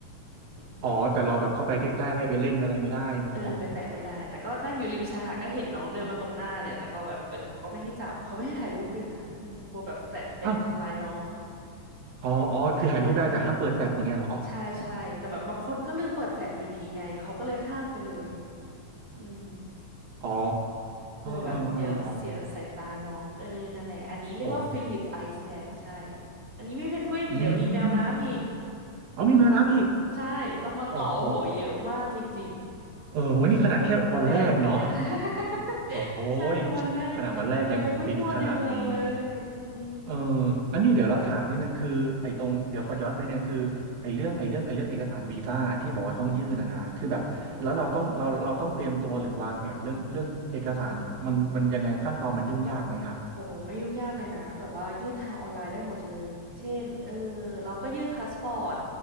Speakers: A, on the right (about 30°); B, on the right (about 65°).
A: อืม
B: อ๋อแต่เราแบบเข้าไปใกล้ๆไปเล่นอะไรไม่ได้เนาะ
A: เออไปแตะไม่ได้แต่ก็นั่งอยู่ริมชายหาดก็เห็นน้องเดินมาตรงหน้าเนี่ยแต่ก็แบบเออเขาก็ไม่ให้จับเขาไม่ให้ถ่ายรูปด้วยนะอืมกลัวแบบแฟลชไปทำร้ายน้อง
B: เอ้าอ๋ออ๋อคือถ่ายรูปได้แต่ห้ามเปิดแฟลชอย่างเงี้ยเหรอ
A: เออใช่ใช่แต่แบบบางคนก็ลืมเปิดแฟลชอยู่ดีไงเขาก็เลยห้ามไปเลยอืม
B: อ๋อ
A: กลัวแบบเดี๋ยวเสียสายตาน้องเออนั่นแหละอันนี้เรียกว่าฟิลิปไอซ์แลนด์ใช่
B: เออเอออ๋อโอ้
A: อันนี้มีเพนกวินเดี๋ยวมีแมวน้ำอีก
B: อืมเอามีแมวน้ำอีก
A: ใช่เดี๋ยวต้องมาต่อโอ้โหเยอะมากจริง
B: โอ้โหเออวันนี้ขนาดแค่วันแรกเนาะ
A: นี่แค่เพิ่งวันแรกนะเนี่ย <laughs>
B: โอ้
A: ใช่
B: ย
A: วันแรกเรายังไม่ทั่วในเมืองเลยอืม
B: ขนาดวันแรกยังฟินขนาดนี้เอออันนี้เดี๋ยวเราถามนิดนึงคือไอ้ตรงเดี๋ยวขอย้อนไปเนี่ยคือไอ้เรื่องไอ้เรื่องไอ้เรื่องเอกสารวีซ่าที่บอกว่าต้องยื่นนะนะคือแบบแล้วเราต้องเราเราต้องเตรียมตัวหรือวางแผนเรื่องเรื่องเอกสารมันมันยังไงขั้นตอนมันยุ่งยากไหมอ่ะ
A: ใช่อืมโอเคโอ้ไม่ยุ่งยากเลยนะแบบว่ายื่นทางออนไลน์ได้หมดเลยเช่นเออเราก็ยื่นพาสปอร์ต